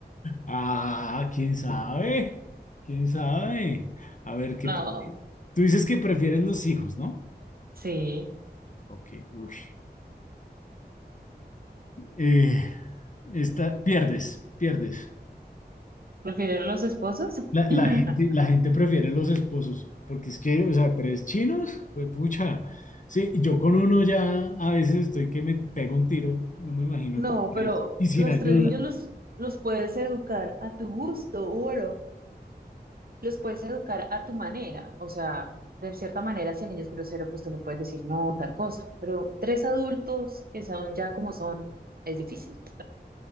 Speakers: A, on the left; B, on the right.
A: Ah, quién sabe, quién sabe. A ver, ¿qué?
B: No.
A: Tú dices que prefieres los hijos, ¿no?
B: Sí.
A: Ok, uy. Eh, esta, pierdes, pierdes.
B: ¿Prefiero los esposos?
A: La,
B: <laughs>
A: la gente, la gente prefiere los esposos, porque es que, o sea, tres chinos, pues pucha. Sí, yo con uno ya a veces estoy que me pego un tiro, no me imagino
B: No,
A: con tres,
B: pero
A: y sin
B: los
A: ayuda.
B: tres niños los, los puedes educar a tu gusto, bueno. los puedes educar a tu manera. O sea, de cierta manera, si el niño es grosero, pues tú le puedes decir no, tal cosa. Pero tres adultos que son ya como son, es difícil.